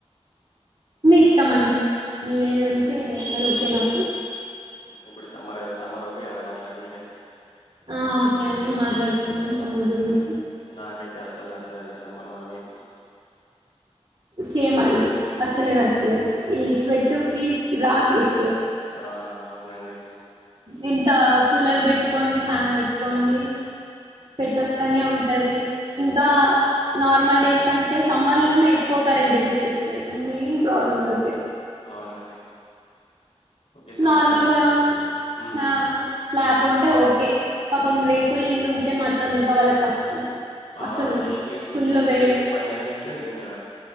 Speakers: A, on the right; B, on the left.
A: మీ ఇష్టమ అండి మీ ఏదంటే అది ఓకే నాకు
B: ఇప్పుడు సమ్మర్ కదా సమ్మర్ ఒకఓకే కదా మాట్లాడి నక అయితే
A: ఆ ఓకే అండి మాట్లాడుతున్నాం సమ్మర్ గురించి
B: నాకైతే అసలు నచ్చదండి సమ్మర్ మరి మీకు
A: సేమ్ అండి అసలే నచ్చది ఈ స్వెట్ కి చిరాకేస్త
B: ఆ అవునండి
A: ఎంత కూలర్ పెట్టుకోండి ఫ్యాన్ పెట్టుకోండి సెట్ వస్తానే ఉంటది ఇంకా నార్మల్ డేస్ కంటే సమ్మర్ లోనే ఎక్కువ కరెంట్ తీసేస్తాడు మెయిన్ ప్రాబ్లమ్ అది ఒకటి
B: అవునండి ఓకే. సమ్మర్
A: నార్మల్గా
B: నచ్ హ్మ్.
A: నా
B: చెప్పండి.
A: ఫలా ఉంటీ ఓకే పాపం రేకులు ఇల్లు ఉంటే మాత్రం ఇంకా వాళ్ళకి కష్టం
B: ఆ
A: అసలు
B: ఈ హీట్ కి
A: ఫుల్
B: కింద
A: వేడ
B: హీట్ పైన హీట్ ఇంకా